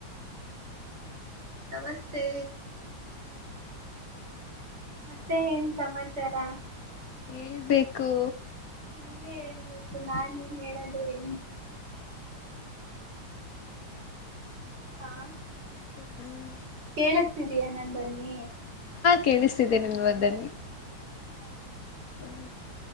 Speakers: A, on the right (about 55°); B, on the left (about 50°).
A: ನಮಸ್ತೆ. ಮತ್ತೆ ಏನ್ ಸಮಾಚಾರ.
B: ಹೇಳ್ಬೇಕು.
A: ನೀವೇ ಹೇಳ್ಬೇಕು ನಾನ ಎನ್ ಹೇಳದ. ಎಲ್ಲಿ. ಹಾ.
B: ಹಹ್ಮ್ <inaudible>
A: ಕೇಳಿಸ್ತಾ ಇದ್ದೀಯಾ, ನನ್ ಧ್ವನಿ.
B: ಕೇಳಿಸ್ತಿದ್ದೇ ನಿನ್ ಒಧ್ವನಿ.
A: <inaudible>
B: ಹ್.